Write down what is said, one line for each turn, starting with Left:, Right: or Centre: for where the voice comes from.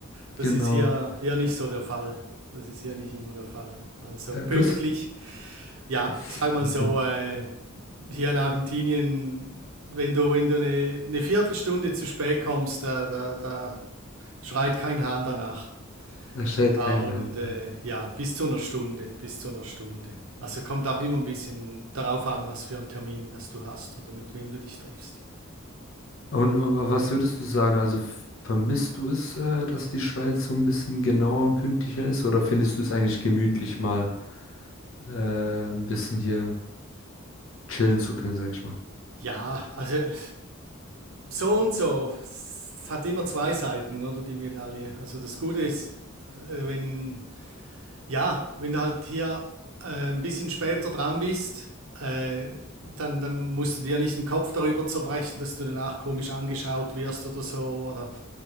Right: Das
Left: Genau.
Right: ist hier, hier nicht so der Fall. Das ist hier nicht immer der Fall. Also
Left: Äh,
Right: pünktlich,
Left: Du hast.
Right: ja,
Left: <laughs>
Right: sag mal so, äh, hier in Argentinien, wenn du, wenn du eine, eine Viertelstunde zu spät kommst, da, da, da schreit kein Hahn danach.
Left: Da schreit
Right: Ah,
Left: kein
Right: Und
Left: Hahn. danach.
Right: äh, ja, bis zu einer Stunde, bis zu einer Stunde. Also kommt auch immer ein bisschen darauf an, was für einen Termin das du hast oder mit wem du dich triffst.
Left: Und äh, was würdest du sagen? Also f- vermisst du es, äh, dass die Schweiz so ein bisschen genauer und pünktlicher ist? Oder findest du es eigentlich gemütlich, mal äh, ein bisschen hier chillen zu können, sag ich mal?
Right: Ja, also so und so. Es hat immer zwei Seiten, oder die Medaille. Also das Gute ist, äh, wenn Ja, wenn du halt hier äh, ein bisschen später dran bist, äh, dann, dann musst du dir nicht den Kopf darüber zerbrechen, dass du danach komisch angeschaut wirst oder so. Oder